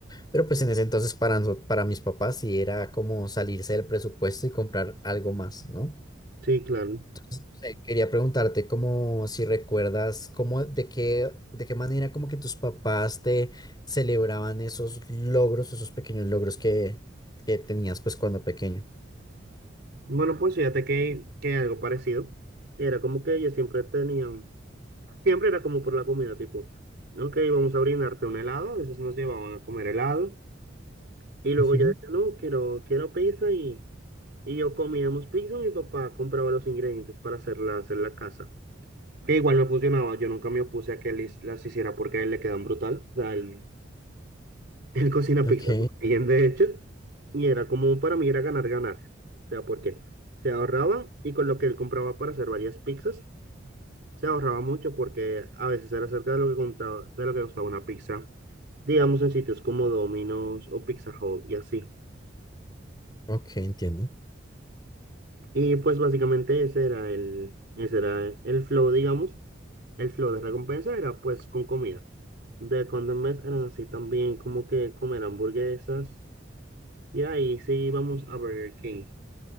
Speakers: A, on the left (about 20°); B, on the right (about 55°).
A: Pero pues en ese entonces para, noso- para mis papás sí era como salirse del presupuesto y comprar algo más, ¿no?
B: sí, claro.
A: no sé, quería preguntarte como si recuerdas cómo de qué de qué manera como que tus papás te celebraban esos logros, esos pequeños logros que, que tenías pues cuando pequeño.
B: Bueno, pues fíjate que, que algo parecido. Era como que ellos siempre tenían, siempre era como por la comida, tipo, ok, vamos a brindarte un helado, a veces nos llevaban a comer helado. Y luego
A: Ujú,
B: yo decía, no, quiero, quiero pizza y, y yo comíamos pizza, mi papá compraba los ingredientes para hacerla, hacer la casa. Que igual no funcionaba, yo nunca me opuse a que él is- las hiciera porque a él le quedan brutal. O sea, él el cocina
A: Ok,
B: pizzas muy bien, de hecho, y era como para mí era ganar, ganar. O sea, porque se ahorraba y con lo que él compraba para hacer varias pizzas, se ahorraba mucho porque a veces era cerca de lo que contaba, de lo que costaba una pizza, digamos en sitios como Domino's o Pizza Hut y así.
A: ok, entiendo.
B: Y pues básicamente ese era el, ese era el flow, digamos, el flow de recompensa era pues con comida. De cuando en vez eran así también como que comer hamburguesas y ahí sí íbamos a Burger King.